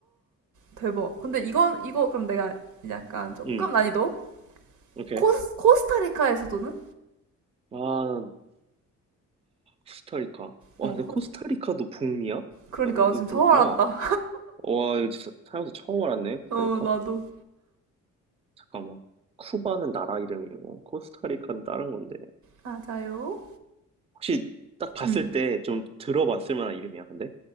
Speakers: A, on the right; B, on the right.
A: 대박. 근데 이건 이거 그럼 내가 약간 조금
B: 응
A: 난이도
B: 오케이
A: 코스 코스타리카의 수도는?
B: 아 코스타리카 와
A: 어
B: 근데
A: 코-
B: 코스타리카도 북미야? 어,
A: 그러니까
B: 어,
A: 지금 처음
B: 그렇구나
A: 알았다.
B: 어, 와 이거 진짜 살면서 처음 알았네 코스타리카
A: 어, 나도.
B: 잠깐만 쿠바는 나라 이름이고 코스타리카는 다른 건데
A: 맞아요.
B: 혹시 딱 봤을
A: 응.
B: 때 좀 들어봤을 만한 이름이야 근데?